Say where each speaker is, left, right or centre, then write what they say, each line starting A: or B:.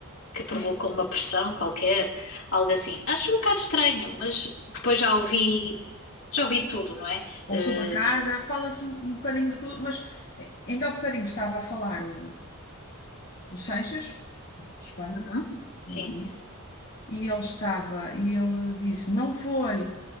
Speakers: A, on the left; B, on the left.
A: Que
B: Sim.
A: provocou uma pressão qualquer, algo assim. Acho um bocado estranho, mas depois já ouvi, já ouvi tudo, não é? Eh,
B: Ou sobrecarga. Fala-se um um bocadinho do... que- Mas eh, ainda há bocadinho estava a falar o, o Sanches, de Espanha,
A: uhum,
B: primeiro-ministro,
A: sim.
B: e ele estava, e ele disse, não foi